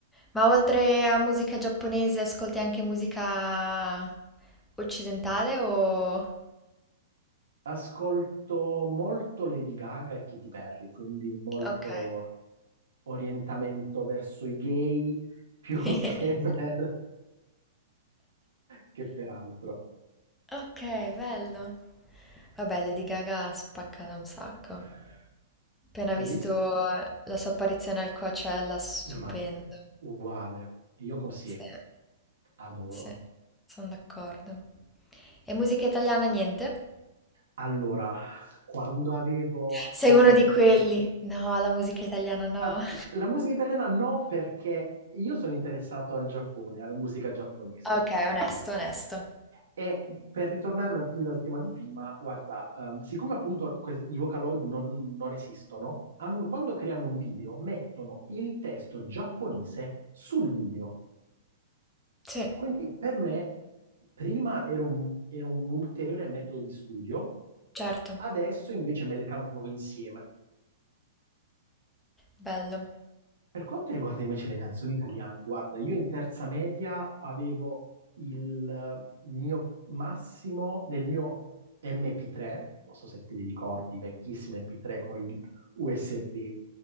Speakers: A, in the centre; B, on the right.
A: Ma oltre a musica giapponese, ascolti anche musica occidentale o...
B: Ascolto molto Lady Gaga e Katy Perry, quindi molto
A: Ok.
B: orientamento verso i gay più
A: <laughs>
B: <laughs> che per, che per altro.
A: Ok, bello. Vabbè, Lady Gaga spacca da un sacco.
B: Eh,
A: Appena
B: hai
A: visto
B: visto?
A: la sua apparizione al Coachella, stupendo.
B: Ma uguale, io così
A: Sì,
B: adoro.
A: sì, sono d'accordo. E musica italiana, niente?
B: Allora, quando avevo
A: Sei uno
B: tipo...
A: di quelli. No, la musica italiana no.
B: ah,
A: <laughs>
B: la musica italiana no, perché io sono interessato al Giappone, alla musica giapponese.
A: Ok, onesto, onesto.
B: E per ritornare un attimino al tema di prima, guarda, ehm, siccome appunto que- i Vocaloid non, non esistono, hanno- quando creano un video mettono il testo giapponese sul video.
A: Sì,
B: Quindi per me prima era un, era un ulteriore metodo di studio,
A: certo.
B: adesso invece me le canto proprio insieme.
A: Bello.
B: Per quanto riguarda invece le canzoni italiane, guarda, io in terza media avevo il eh, mio massimo nel mio MP3, non so se te li ricordi, vecchissime MP3 con gli USB,